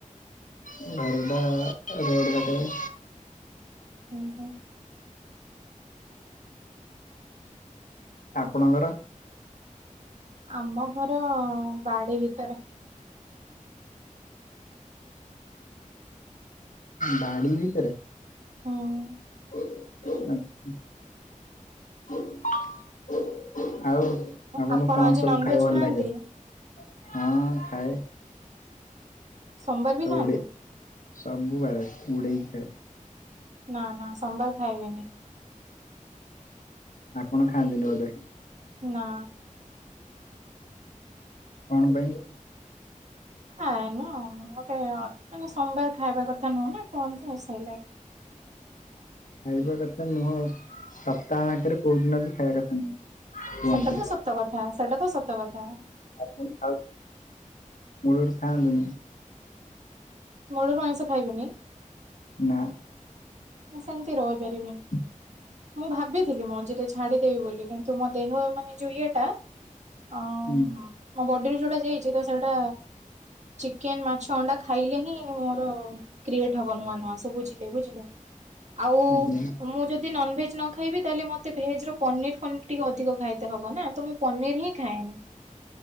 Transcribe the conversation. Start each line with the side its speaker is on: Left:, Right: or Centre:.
Left: ଘର ଟା-ଆ-ଆ-ଆ ରୋଡ଼ ପାଖରେ।
Right: ହୁଁ ହୁଁ।
Left: ଆପଣଙ୍କର?
Right: ଆମ ଘର-ଅ-ଅ-ଅ ବାଡି ଭିତରେ।
Left: ବାଡ଼ି ଭିତରେ?
Right: ହୁଁ।
Left: ଆଚ୍ଛା <unintelligible> ଆଉ ଆପଣଙ୍କୁ
Right: ଆପଣ
Left: କଣ
Right: ଆଜି
Left: ସବୁ
Right: ନନଭେଜ
Left: ଖାଇବା ଭଲ
Right: ଖାଆନ୍ତି?
Left: ଲାଗେ? ହଁ ଖାଏ।
Right: ସୋମବାର ବି
Left: ଆଉ
Right: ଖାଆନ୍ତି?
Left: ଉଡେ ସବୁ ବାରେ ବୁଡେଇକି ଖାଏ।
Right: ନା ନା ସୋମବାର ଖାଇବିନି।
Left: ଆପଣ ଖାଆନ୍ତିନି ବୋଧେ?
Right: ନା।
Left: କଣ ପାଇଁ?
Right: ଖାଏନି ଆଉ ଗୋଟେ ଅ ମାନେ ସୋମବାର ଖାଇବା କଥା ନୁହେଁ ନା କୁହନ୍ତି ସେଇଲାଗି।
Left: ଖାଇବା କଥା ନୁହଁ ସପ୍ତାହ ଆଙ୍କେରେ କୋଉ ଦିନ ବି ଖାଇବା କଥା ନୁହଁ। କୁହନ୍ତି
Right: ସେଟା ତ ସତ କଥା ସେଟା ତ ସତ କଥା।
Left: ଆ ପୁଣି ଖାଉଚ ମୁଳରୁ ଖାଆନ୍ତୁନି।
Right: ମୂଳୁର ଆଇଁଷ ଖାଇବିନି?
Left: ନା।
Right: ମୁଁ ସେମିତି ରହିପାରିବିନି।
Left: ହଁ <unintelligible>
Right: ମୁଁ ଭାବିଥିଲି ମଝିରେ ଛାଡିଦେବି ବୋଲି କିନ୍ତୁ ମୋ ଦେହ ମାନେ ଯୋଉ ଇଏଟା ଅ
Left: ହୁଁ
Right: ମ ମୋ ବଡିରୁ ଯୋଉଟା ଯାଇଚି ତ ସେଇଟା ଚିକେନ, ମାଛ, ଅଣ୍ଡା ଖାଇଲେ ହିଁ ମୋର କ୍ରିଏଟ ହବ ନୂଆ ନୂଆ। ସବୁ ବୁଝିଲେ ବୁଝିଲେ? ଆଉ
Left: ଆଜ୍ଞା।
Right: ମୁଁ ଯଦି ନନଭେଜ ନ ଖାଇବି ତାହେଲେ ମତେ ଭେଜ ର ପନିର ଫନିର ଟିକେ ଅଧିକ ଖାଇତେ ହବ ନା? ତ ମୁଁ ପନିର ହିଁ ଖାଏନି।